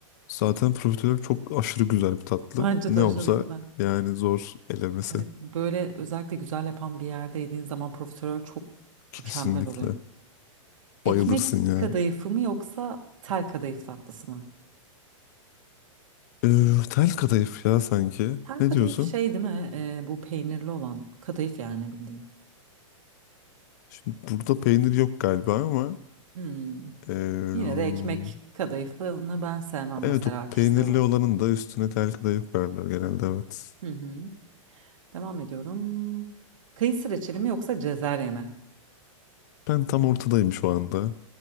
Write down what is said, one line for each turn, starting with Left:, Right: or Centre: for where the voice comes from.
Left: zaten profiterol çok aşırı güzel bir tatlı.
Right: Bence
Left: Ne
Right: de aşırı
Left: olsa
Right: güzel.
Left: yani zor elemesi.
Right: Evet, böyle özellikle güzel yapan bir yerde yediğin zaman profiterol çok
Left: Kesinlikle.
Right: mükemmel oluyor. Ekmek
Left: Bayılırsın yani.
Right: kadayıfı mı yoksa tel kadayıf tatlısı mı?
Left: Ee, tel kadayıf ya sanki.
Right: Tel
Left: Ne
Right: kadayıf
Left: diyorsun?
Right: şey değil mi? Ee, bu peynirli olan kadayıf yani bildiğin.
Left: Şimdi burada peynir yok galiba ama
Right: Hmm.
Left: ee,
Right: Yine de ekmek kadayıfını ben sevmem
Left: evet
Right: mesela
Left: o peynirli
Right: kişisel olarak.
Left: olanın da üstüne tel kadayıf koyarlar genelde evet.
Right: Hı hı. Devam ediyorum. Kayısı reçeli mi yoksa cezerye mi?
Left: Ben tam ortadayım şu anda.